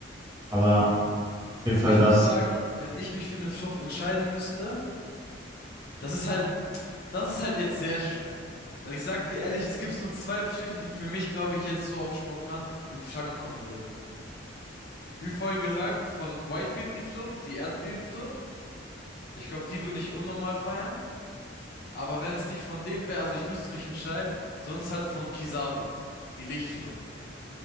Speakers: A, on the right; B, on the left.
A: Aber auf jeden
B: Also
A: Fall
B: ich
A: das.
B: muss sagen, wenn ich mich für eine Frucht entscheiden müsste, das ist halt, das ist halt jetzt sehr schwer. Weil ich sag dir ehrlich, es gibt nur zwei Früchte, die für mich, glaube ich, jetzt so auf spontan in Frage kommen würde. Wie vorhin gesagt, von Whitebeet die Frucht, die Erdbebenfrucht. Ich glaube, die würde ich unnormal feiern. Aber wenn es nicht von dem wäre, also ich müsste mich entscheiden, sonst halt von Kizaru, die Lichtfrucht.